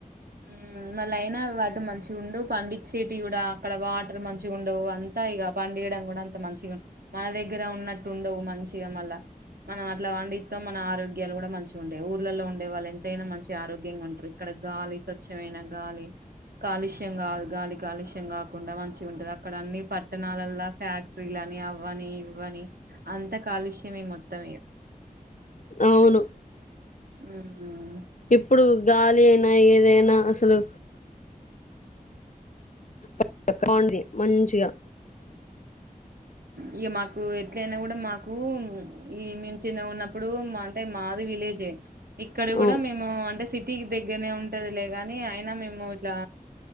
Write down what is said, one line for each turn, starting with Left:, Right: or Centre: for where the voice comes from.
Right: ఉమ్ మళ్ల ఐనా వాటి మంచిగుండవ్ పండిచ్చేటివి గుడా అక్కడ వాటర్ మంచిగుండవు అంతా ఇగ పండియడం గుడా అంత మంచిగా మన దగ్గర ఉన్నట్టు ఉండవు మంచిగా మళ్ళా మనం అట్లా వండిత్తాం మన ఆరోగ్యాలు గుడా మంచిగా ఉంటాయ్ ఊర్లలో ఉండే వాళ్ళ ఎంతైనా మంచి ఆరోగ్యంగా ఉంటారు ఇక్కడ గాలి స్వచ్చమైన గాలి కాలుష్యం గాదు గాలి కాలుష్యం గా కుండా మంచిగుంటది అక్కడ అన్ని పట్టణాలలా ఫ్యాక్టరీలు అని అవ్వని ఇవ్వని అంతా కాలుష్యమే మొత్తమిగ
Left: అవును
Right: మ్మ్
Left: ఇప్పుడు గాలి అయినా ఏదైనా అసలు <unintelligible> మంచిగా
Right: ఇక మాకు ఎట్లయినా గుడా మాకు ఈ మేమ్ చిన్నగున్నప్పుడు అంటే మాది విలే జే ఇక్కడ గుడా
Left: అవు
Right: మేము అంటే సి టీకి దగ్గరనే ఉంటదిలేగాని అయినా మేము ఇట్లా